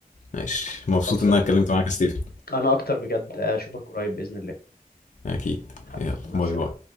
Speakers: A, on the left; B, on the left.
A: ماشي مبسوط
B: خلصانة
A: ان انا اتكلمت معاك يا ستيفن
B: انا اكتر بجد اشوفك قريب بإذن الله
A: اكيد
B: حبيبي
A: يلا
B: مع
A: باي
B: السلامة
A: باي